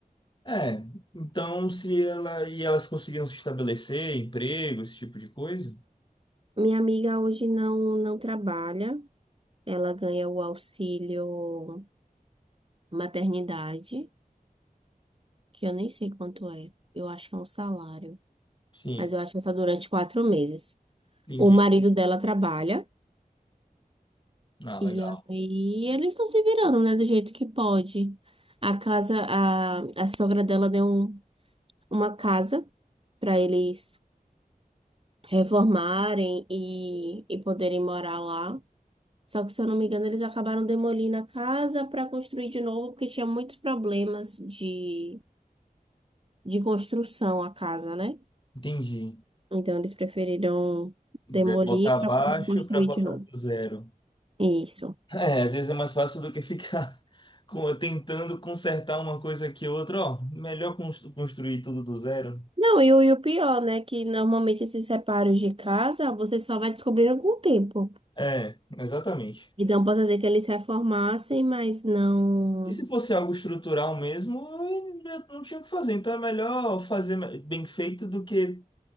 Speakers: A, on the left (about 30°); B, on the right (about 35°).
A: É, então se ela e elas conseguiram se estabelecer, emprego, esse tipo de coisa?
B: Minha amiga hoje não, não trabalha, ela ganha o auxílio maternidade, que eu nem sei quanto é, eu acho que é um salário,
A: Sim,
B: mas eu acho que é só durante quatro meses.
A: entendi.
B: O marido dela trabalha
A: Ah, legal.
B: e aí eles estão se virando, né, do jeito que pode. A casa, a, a sogra dela deu um- uma casa para eles reformarem e, e poderem morar lá. Só que, se eu não me engano, eles acabaram demolindo a casa para construir de novo, porque tinha muitos problemas de, de construção a casa, né?
A: Entendi.
B: Então, eles preferiram demolir
A: Vai Botar
B: para
A: abaixo
B: poder construir
A: para botar
B: de novo.
A: do zero.
B: Isso.
A: É, às vezes é mais fácil do que ficar <laughs> com- tentando consertar uma coisa que outra, ó, melhor constru- construir tudo do zero.
B: Não, e o, e o pior, né? Que normalmente esses reparos de casa você só vai descobrindo com o tempo.
A: É, exatamente.
B: Então, posso dizer que eles se reformassem, mas não
A: E se fosse algo estrutural mesmo, eu não tinha o que fazer. Então é melhor fazer bem feito do que